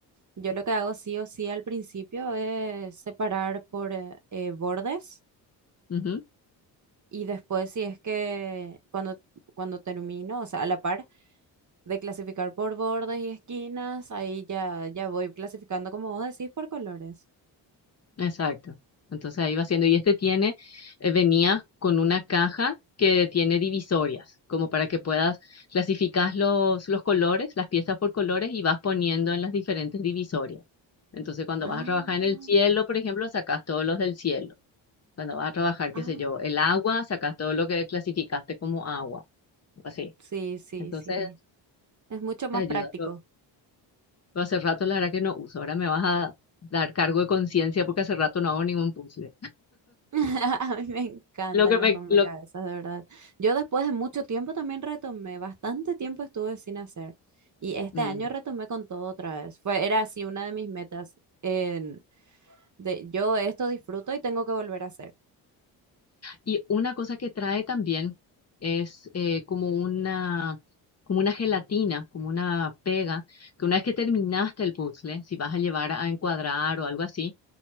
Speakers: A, on the right; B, on the left.
A: yo lo que hago sí o sí al principio es separar por eh, eh, bordes
B: ujú.
A: y después si es que cuando, cuando termino, o sea, a la par. de clasificar por bordes y esquinas, ahí ya, ya voy clasificando como vos decís por colores.
B: Exacto. Entonces ahí va haciendo. Y este tiene, eh, venía con una caja que tiene divisorias, como para que puedas clasificar los, los colores, las piezas por colores y vas poniendo en las diferentes divisorias. Entonces cuando
A: Ah,
B: vas a trabajar en el cielo, por ejemplo, sacas todos los del cielo. Cuando vas a trabajar, qué
A: ah,
B: sé yo, el agua, sacas todo lo que clasificaste como agua, así.
A: Sí, sí,
B: Entonces
A: sí. Es mucho más
B: te ayuda.
A: práctico.
B: Pero, pero hace rato la verdad que no uso. Ahora me vas a dar cargo de conciencia porque hace rato no hago ningún puzzle.
A: <laughs> A mí me encantan
B: Lo que me,
A: los rompecabezas,
B: lo,
A: de verdad. Yo después de mucho tiempo también retomé, bastante tiempo estuve sin hacer. Y este
B: Mm,
A: año retomé con todo otra vez. Fue, era así una de mis metas. en- de, yo esto disfruto y tengo que volver a hacer.
B: Y una cosa que trae también es eh, como una, como una gelatina, como una pega, que una vez que terminaste el puzzle, si vas a llevar a encuadrar o algo así,